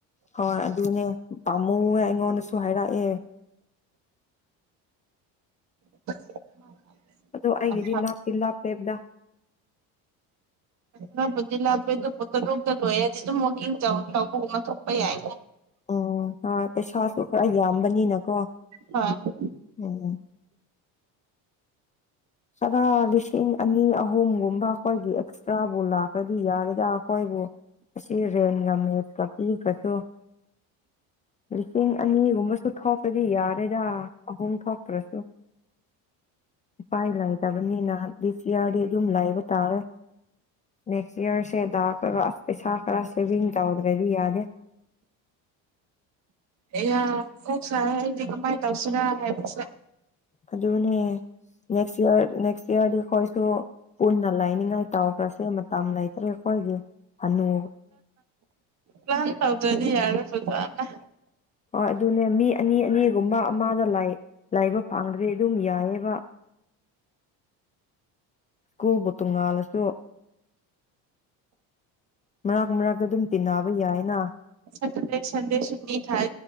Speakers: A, on the left; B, on the right.
A: ꯍꯣꯏ ꯑꯗꯨꯅꯦ ꯄꯥꯝꯃꯨꯋꯦ ꯑꯩꯉꯣꯟꯗꯁꯨ ꯍꯥꯏꯔꯛꯑꯦ
B: <unintelligible>
A: ꯑꯣ ꯑꯩꯒꯤꯗꯤ
B: ꯌꯥꯝ
A: ꯂꯥꯛꯞꯄꯤ ꯂꯞꯄꯦꯕꯗ
B: ꯅꯪꯕꯨꯗꯤ ꯂꯥꯛꯄꯦ ꯑꯗꯨꯕꯨ ꯇꯥꯔꯨꯛꯇꯥ ꯂꯣꯏꯔꯗꯤ ꯑꯗꯨꯝ ꯋꯥꯀꯤꯡ ꯇꯧꯕꯒꯨꯝꯕ ꯊꯣꯛꯄ ꯌꯥꯏ
A: ꯎꯝ ꯍꯣꯏ ꯄꯩꯁꯥꯁꯨ ꯈꯔ ꯌꯥꯝꯕꯅꯤꯅꯀꯣ
B: ꯍꯣꯏ
A: <unintelligible> ꯈꯔ ꯂꯤꯁꯤꯡ ꯑꯅꯤ ꯑꯍꯨꯝꯒꯨꯝꯕ ꯑꯩꯈꯣꯏꯒꯤ ꯑꯦꯛꯁꯇ꯭ꯔꯥꯕꯨ ꯂꯥꯛꯈ꯭ꯔꯗꯤ ꯌꯥꯔꯦꯗ ꯑꯩꯈꯣꯏꯕꯨ ꯑꯁꯤ ꯔꯦꯟꯒ ꯃꯦꯠꯀꯥ ꯄꯤꯈꯁꯨ ꯂꯤꯁꯤꯡ ꯑꯅꯤꯒꯨꯝꯕꯁꯨ ꯊꯣꯛꯄꯗꯤ ꯌꯥꯔꯦꯗ ꯑꯍꯨꯝ ꯊꯣꯛꯇ꯭ꯔꯥꯁꯨ ꯄꯥꯏ ꯂꯩꯗꯕꯅꯤꯅ ꯗꯤꯁ ꯌꯥꯔꯗꯤ ꯑꯗꯨꯝ ꯂꯥꯏꯕ ꯇꯥꯔꯦ ꯅꯦꯛꯁ ꯌꯔꯁꯦ ꯗꯒ ꯑꯁ ꯄꯩꯁꯥ ꯈꯔ ꯁꯦꯚꯤꯡ ꯇꯧꯗ꯭ꯔꯗꯤ ꯌꯥꯗꯦ
B: ꯑꯌꯥ ꯀꯣꯛ ꯁꯥꯌꯦ ꯑꯩꯗꯤ ꯀꯃꯥꯏ ꯇꯧꯁꯤꯔꯥ ꯍꯥꯏꯕꯁꯦ
A: ꯑꯗꯨꯅꯦ ꯅꯦꯛꯁ ꯏꯌꯥꯔ ꯅꯦꯛꯁ ꯏꯌꯥꯔꯗꯤ ꯑꯩꯈꯣꯏꯁꯨ ꯄꯨꯟꯅ ꯂꯥꯏꯅꯤꯡꯉꯥꯏ ꯇꯥꯎꯈ꯭ꯔꯁꯦ ꯃꯇꯝ ꯂꯩꯇ꯭ꯔꯦ ꯑꯩꯈꯣꯏꯒꯤ ꯍꯅꯨ
B: ꯄ꯭ꯂꯥꯟ ꯇꯧꯗꯥꯗꯤ ꯌꯥꯔꯔꯣꯏ ꯐꯖꯥꯅ
A: ꯍꯣꯏ ꯑꯗꯨꯅꯦ ꯃꯤ ꯑꯅꯤ ꯑꯅꯤꯒꯨꯝꯕ ꯑꯃꯗ ꯂꯥꯏꯕ ꯐꯪꯗ꯭ꯔꯗꯤ ꯑꯗꯨꯝ ꯌꯥꯏꯌꯦꯕ ꯀꯨꯕ ꯇꯣꯡꯉꯥꯜꯂꯁꯨ ꯃꯔꯥꯛ ꯃꯔꯛꯇ ꯑꯗꯨꯝ ꯇꯤꯟꯅꯕ ꯌꯥꯏꯅ
B: ꯁꯟꯗꯦ ꯁꯟꯗꯦ ꯁꯨꯇꯤ ꯊꯥꯏ